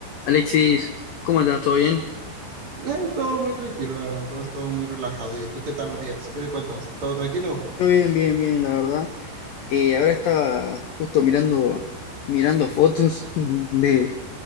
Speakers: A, on the left; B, on the right.
A: Alexis, ¿cómo andás? ¿Todo bien?
B: Eh, todo muy tranquilo, la verdad, todo, todo muy relajado. ¿Y tú qué tal, Matías? ¿Qué me cuentas? ¿Todo tranquilo?
A: Yo bien, bien, bien, la verdad. Eh, ahora estaba justo mirando, mirando fotos <laughs> de,